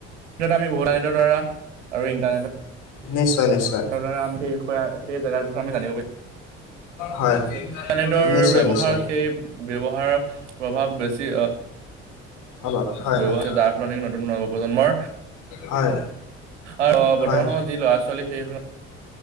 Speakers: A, on the right; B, on the left.
A: <unintelligible> দ্বাৰা আৰু ইণ্টাৰনেটত
B: নিশ্চয় নিশ্চয়
A: সেইবাবে আমি বিষয়ে এই জাগাটো কাৰণে জানিব পাৰি
B: হয়
A: ইন্টাৰনেটতটৰ
B: নিশ্চয়
A: ব্যৱহাৰ
B: নিশ্চয়
A: সেই ব্যৱহাৰৰ প্ৰভাৱ বেছি
B: অলপ হয়
A: ব্যয়ৱাৰ
B: হয়
A: হৈছে যাৰ ফলনি নতুন নৱপ্ৰজন্মৰ
B: হয়
A: অঁ বৰ্তমান
B: হয়
A: সময়ত যি ল'ৰা ছোৱালী সেই